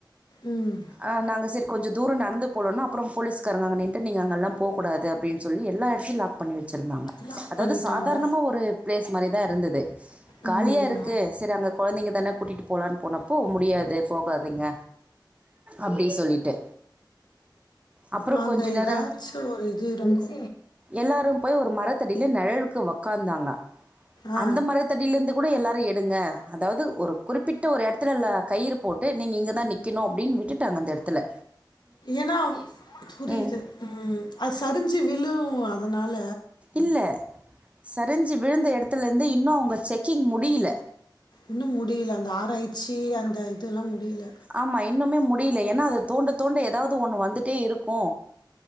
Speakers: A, on the left; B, on the right.
A: ம்
B: அ நாங்க செரி கொஞ்ச தூர நடந்து போலொன்னு அப்றொம் போலீஸ்காரங்க அங்க நின்ட்டு நீங்க அங்கல்லா போ கூடாது அப்டின் சொல்லி எல்லா எடத்தையு லாக் பண்ணி வச்சிருந்தாங்க
A: லாக்
B: அதாவ்து
A: பண்ணிட்டாங்க
B: சாதார்ணமா ஒரு ப்ளேஸ் மாரிதா இருந்தது
A: ம்
B: காலியா இருக்கு செரி அங்க கொழந்தைங்க தான கூட்டிட்டு போலா ன் போனப்போ முடியாது போகாதிங்க அப்டி சொல்லிட்டு அப்புறம்
A: அங்க
B: கொஞ்ச
A: எதாச்சு
B: நேரம்
A: ஒரு இது இருக்கு
B: எல்லாரு போய் ஒரு மரத்தடியில நெழலுக்கு ஒக் கந்தாங்க
A: ஆ
B: அந்த மரத்தடியில இருந்து கூட எல்லாரு எடுங்க அதாவது ஒரு குறிப்பிட்ட ஒரு எடத்துலல்ல கயிறு போட்டு நீங்க இங்கதா நிக்கணு அப்டின் விட்டுட்டாங்க அந்த எடத்துல
A: ஏன்னா புரியுது
B: ம்
A: ம் அது சரிஞ்சு விழு அ தனால
B: இல்ல சரிஞ் சு விழுந்த எடத்துல இருந்து இன்னு அவுங்க செக்கிங் முடியல
A: இன்னு முடியல அந்த ஆராய்ச்சி அந்த இதல்லா முடியல
B: ஆமா இன்னுமே முடியல ஏன்னா அது தோண்ட தோண்ட ஏதாவது ஒண்ணு வந்துட்டே இருக்கு